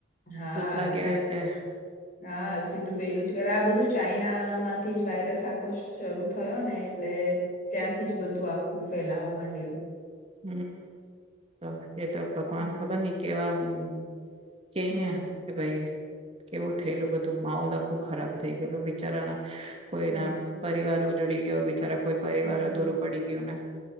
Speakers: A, on the left (about 45°); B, on the right (about 30°).
A: હા
B: પૂતલા કેવી
A: જાણે.
B: રીતે
A: હા સીધું પેલું આ બધું ચાઈનામાંથી જ વાયરસ આખો શરૂ થયો ને એટલે ત્યાંથી જ બધું આખું ફેલાવા માંડ્યું.
B: હમ્મ તો એ તો ભગવાન
A: હમ
B: ખબર ની કેવા હમ્મ. કેય
A: હમ
B: ને, કે ભાઈ કેવું થયેલું બધું, માહોલ આખું ખરાબ થઈ ગયેલું બિચારા ના. કોઈના
A: હમ
B: પરિવારો જુડી ગ્યા બીચારા. કોઈ પરિવારો
A: હમ.
B: દૂરો પડી ગયો ને